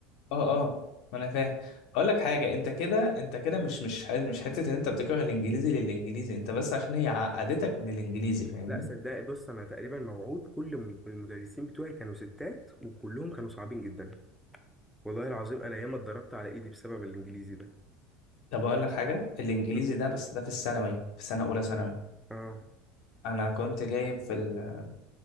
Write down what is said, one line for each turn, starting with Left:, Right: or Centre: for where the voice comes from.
Left: اه اه ما انا فاهم اقول لك حاجه انت كده انت كده مش مش ح- مش حته ان انت بتكره الانجليزي للانجليزي انت بس عشان هي عقدتك من الانجليزي فاهمني
Centre: لا صدقني بص انا تقريبا موعود كل م- المدرسين بتوعي كانوا ستات وكلهم كانوا صعبين جدا والله العظيم انا ياما اتضربت على ايدي بسبب الانجليزي ده
Left: طب اقول لك حاجه الانجليزي
Centre: مم.
Left: ده بس ده في الثانوي في سنه اولى ثانوي
Centre: اه
Left: انا كنت جايب في ال...